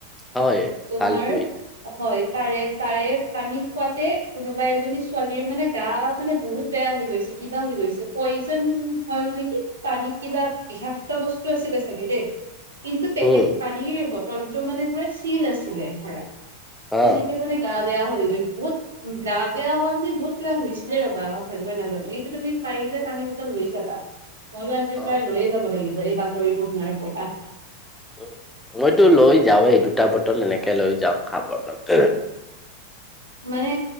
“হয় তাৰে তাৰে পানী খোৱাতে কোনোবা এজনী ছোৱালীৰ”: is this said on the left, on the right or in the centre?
Right